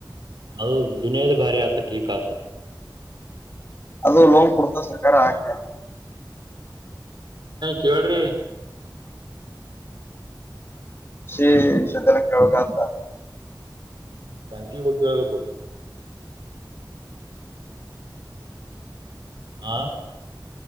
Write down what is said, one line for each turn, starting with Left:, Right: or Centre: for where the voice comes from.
Right: ಅದು ದದುನಿಯದ ಭಾರಿ ಆತ ಿಕ ಆತ
Left: ಅದು ಲೋನ್ ಕೊಡ್ತ ಸರ್ಕಾರಾಕಂತ
Right: ಕೇಳ್ರಿ
Left: ಶ್ರೀ ಸ್ಧಲ ಕವಕ ಅಂತ
Right: ಹ್ಮ್ ಜಾನ್ಚೀ ಹೋಗಿ ಕೇಳ್ಬೇಕು ಆ